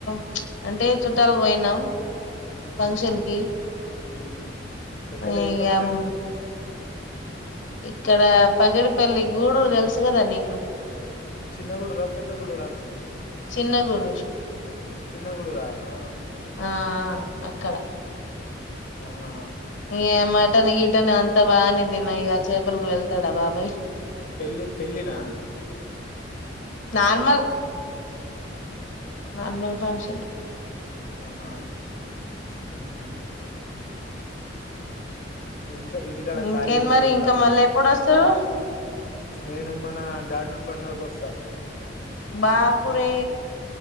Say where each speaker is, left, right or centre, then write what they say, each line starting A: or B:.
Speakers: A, on the left (about 75°); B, on the left (about 55°).
A: చ్చ అంటే చుట్టాల పోయినాం.
B: హు
A: ఫంక్షన్ కి
B: ఎక్కడ
A: ఇగ
B: ఏ ఫంక్షన్ అ
A: ఇక్కడ పగిడిపల్లి గూడరు తెలుసు కదా నీకు
B: చిన్న గుడురా పెద్ద గుడురా
A: చిన్న గూడూరు
B: చిన్న గుడురా ఆ
A: ఆ అక్కడ
B: ఆహా
A: ఇగ మటన్ గీటన్ అంతా బానే తిన్న ఇగ చేపలకి వెళ్తాడా బాబాయ్
B: పెళ్లి పెళ్లినా
A: నార్మల్ నార్మల్ ఫంక్షన్ ఏ
B: ఆహా హు ఇ ఇంటికాడ
A: ఇంకేంటి
B: ఖాళీగా ఉన్నారు
A: మరి
B: ఇప్పుడు
A: ఇంకా
B: అందరూ
A: మళ్ళీ ఎప్పుడు వస్తారు
B: నేను మన డాాటు పండగకి వస్తా
A: బపు రే